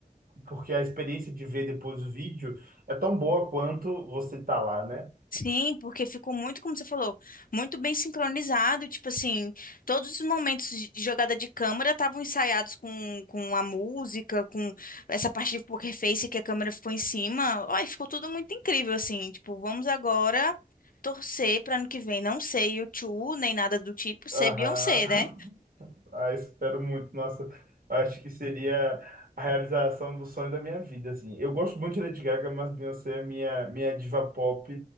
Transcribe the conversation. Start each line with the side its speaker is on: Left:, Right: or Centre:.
Right: Porque a experiência de ver depois o vídeo é tão boa quanto você tá lá, né?
Left: Sim, porque ficou muito, como você falou, muito bem sincronizado. Tipo assim, todos os momentos de de jogada de câmera estavam ensaiados com, com a música, com essa parte de poker face que a câmera ficou em cima. Ai, ficou tudo muito incrível, assim. Tipo, vamos agora torcer para ano que vem não ser U2, nem nada do tipo, ser
Right: Aham.
Left: Beyoncé, né?
Right: <laughs> Ah, espero muito. Nossa, acho que seria a realização do sonho da minha vida, assim. Eu gosto muito de Lady Gaga, mas Beyoncé é minha, minha diva pop,